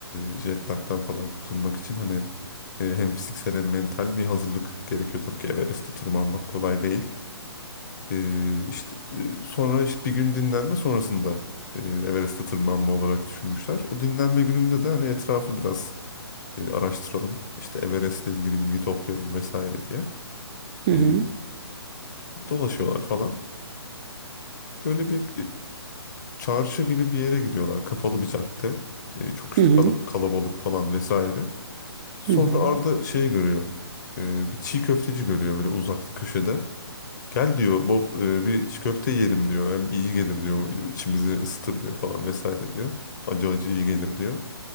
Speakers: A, on the left (about 45°); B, on the right (about 20°).
A: e, jet lag'dan falan kurtulmak için hani e, hem fiziksel hem mental bir hazırlık gerekiyor. Tabii ki Everest'te tırmanmak kolay değil. E, işte e, sonra işte bir gün dinlenme sonrasında e, Everest'te tırmanma olarak düşünmüşler. O dinlenme gününde de hani etrafı biraz e, araştıralım. İşte Everest'le ilgili bilgi toplayalım vesaire diye.
B: Hı hı.
A: E, dolaşıyorlar falan. Böyle bir çarşı gibi bir yere gidiyorlar. Kapalı bir cadde. E, çok işte
B: Hı hı.
A: kalab- kalabalık falan vesaire. Sonra
B: Hı hı.
A: Arda şeyi görüyor. E, bir çiğ köfteci görüyor böyle uzakta köşede. Gel diyor Bob e, bir çiğ köfte yiyelim diyor. Hem iyi gelir diyor. İçimizi ısıtır diyor falan vesaire diyor. Acı acı iyi gelir diyor.